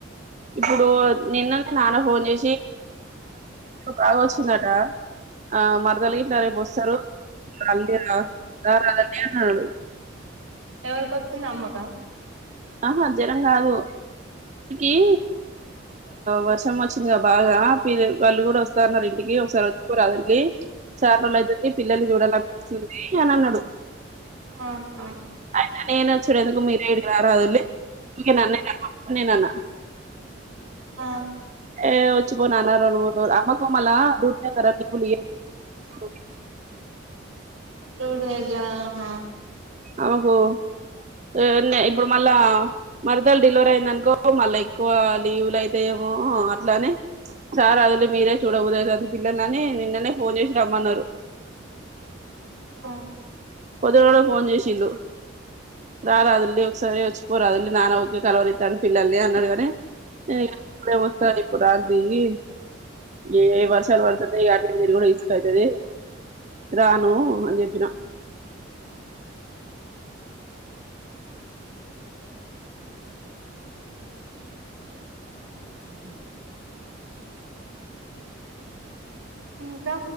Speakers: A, on the right; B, on the right.
A: ఇప్పుడు నిన్న మా నాన్న ఫోన్ చేసి బాగా వచ్చిందట ఆ మరదలు గిట్ల రేపు వస్తారు మ ఆ దా రాడండి అన్నాడు
B: ఎవరికొచ్చింది అమ్మకా
A: ఆహా జ్వరం కాదు ఏ వర్షం వచ్చిందిగా బాగా పిల వాళ్ళు కూడా వస్తన్నారు ఇంటికి ఒకసారి వచ్చిపోరాదే చాలా రోజులు అవుతుంది పిల్లల్ని చూడాలనీపిస్తుంది
B: ఆ
A: అని అన్నాడు
B: ఆహా
A: అయితే నేను వచ్చుడు ఎందుకు మీరే ఏడకి రారదుల్ ఇక నన్న నేన్న అన్న
B: ఆ
A: ఏ వచ్చిపో నాన్న రెండు మూడు రోలు అమ్మకు మళ్ళా రూటీ తరావులి ఓకే
B: రూట్ దగ్గర ఆహా
A: ఆమెకు హు నీ ఇప్పుడు మళ్ళా మరదలు డెలివర్ అయిందనుకో మళ్ళా ఎక్కువ లీవలు అయితే ఓహ అట్లానే సార్ అదిలో మీరే చూడబుది పిల్లనని నిన్ననే ఫోన్ చేసి రమ్మన్నారు
B: హో
A: పొద్దున కూడా ఫోన్ చేసిళ్ళు రారాదుల్లి ఒకసారి వచ్చి పోరాదుల్లి నాన ఊకె కలవరితాండూ పిల్లల్ని అన్నాడుగాని ఇగ ఇప్పుడేం వస్తా ఇప్పుడు రాను తియ్యి ఏ వర్షాలు పడుతనాయి ఇగ అటు ఇటు తిరుగుడు ఇస్ అయితది రాను అని చెప్పిన మ్
B: ఇంకా